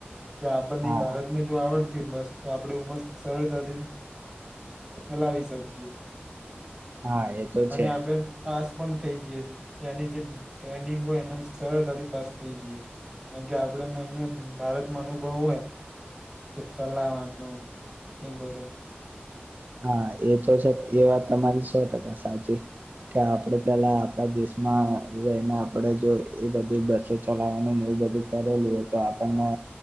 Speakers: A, on the right; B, on the right.
A: કે આપણને
B: હા
A: ભારતમાં જો આવડત તે બસ તો આપણેે ઉમ સરળતાથી ચલાવી શકીએ.
B: હા એ તો
A: અને
B: છે
A: આપડે આસ પણ થઈ જ એની નિંગ હોય એ સરળતાથી પાસ થઈ જઈએ, કારણ કે આપડને અહિયાં ભારતમાં અનુભવ હોય, ચલાવાનો એ બધો.
B: હા એ તો છે એ વાત તમારી સો ટકા સાચી, કે આપડે પેલા આપણા દેશ માના આપડે જો એ બધી બસો ચલાવવાનું ને એવું બધું કરેલું હોય તો આપણને